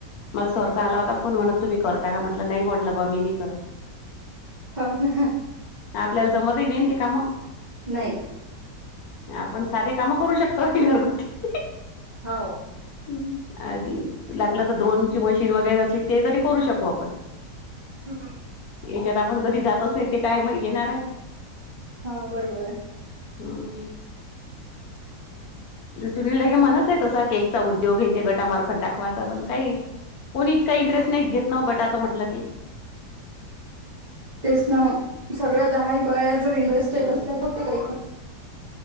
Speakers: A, on the left; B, on the right.
A: मला सरचा आला होता फोन, म्हणत... तुम्ही करता का... म्हटलं नई हो लं... बा... मी नई करत...
B: हो ना
A: आपल्याला जमतही नई ना... ती कामं
B: नई
A: नाय... आपण साधे कामं करू शकतोय.... घरगुती
B: हो
A: हुं... अ... लागलं तर... द्रोणची मशीन वगैरे असली... ते तरी करू शकू आपण
B: हम्म
A: येच्यात आपण कधी जातच नाई... ते काय मग येणार ए
B: हा... बरोबर ए
A: हम्म. ते सुनील <unintelligible> मलाच देतात... तसा केकचा उद्योग... हे ते गटामार्फत दाखवायचा पण काही कुणी इतका इंटरेस्ट... नई घेत ना वं... गटाचं म्हटलं की
B: तेच ना मग... सगळ्या दहा ही बाया... जर इंटरेस्टेड
A: हम्म.
B: असल्या तर ते काही